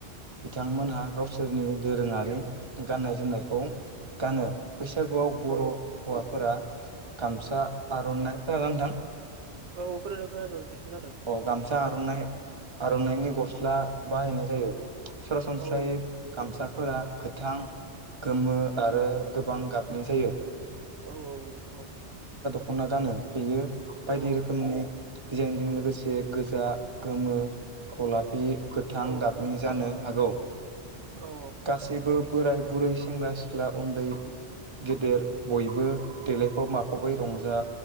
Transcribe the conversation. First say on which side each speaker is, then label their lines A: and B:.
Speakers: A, on the right; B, on the right.
A: बिथांमोनहा गावसोरनि दोरोङारि गाननाय जोमनायखौ गानो बैसागुआव
B: औ
A: बर
B: औ
A: हौवाफोरा गामसा आर नाइ खोनादोंना नोंथां?
B: औ खोनादों खानादों नोंथां खोनादों
A: अ गामसा आरनाइ आरनाइनि गस्ला बाहायनाय जायो सरासनस्रायै
B: औ
A: गामसाफोरा गोथां गोमो आरो गोबां गाबनि जायो
B: औ औ नोंथां औ
A: खना गानो बेयो बायदि
B: औ
A: रोखोमनि दिजाइनजों लोगोसे से गोजा गोमो गलाब बे गोथां
B: औ
A: गाबनि जानो हागौ
B: औ
A: गासैबो बोराय बुरै सेंग्रा सिख्ला उन्दै गेदेर बयबो देलायफब माफबै रंजा